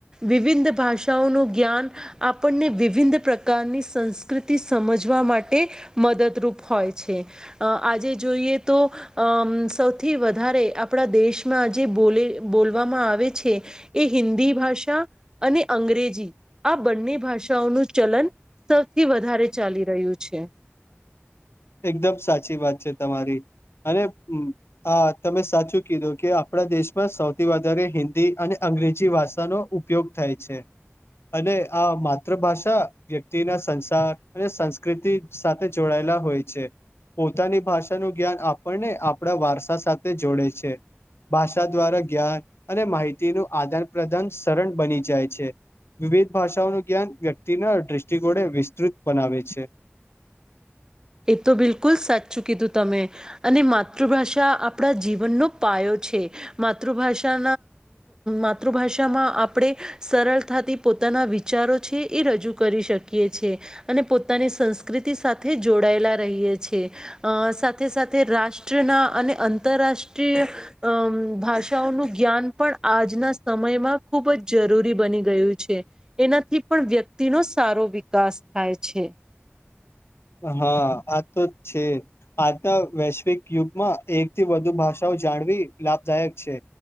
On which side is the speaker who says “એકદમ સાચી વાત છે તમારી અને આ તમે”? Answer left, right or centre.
Left